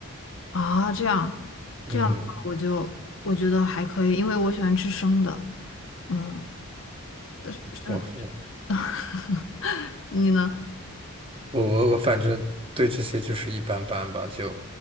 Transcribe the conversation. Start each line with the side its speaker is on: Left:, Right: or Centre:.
Left: 啊。这样，
Right: 嗯。
Left: 这样的话，我就我觉得还可以，因为我喜欢吃生的。嗯，但是生，
Right: 我
Left: <laughs> 你呢？
Right: 我我我反正对这些就是一般般吧，就